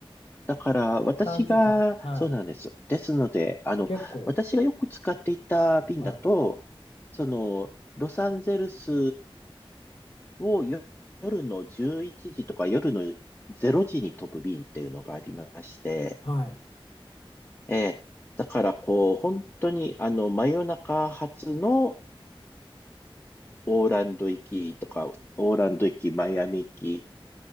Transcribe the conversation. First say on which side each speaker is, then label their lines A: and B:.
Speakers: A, on the left; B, on the left.
A: だから、私が、
B: 3時間。はい。
A: そうなんです。ですので、あの、
B: 結構。
A: 私がよく使っていた便だと、
B: はい。
A: その、ロサンゼルスをよ夜の11時とか夜の0時に飛ぶ便っていうのがありまして、
B: はい。
A: えーだから、こう、本当に、あの、真夜中発の、オーランド行きとか、オーランド行き、マイアミ行きっ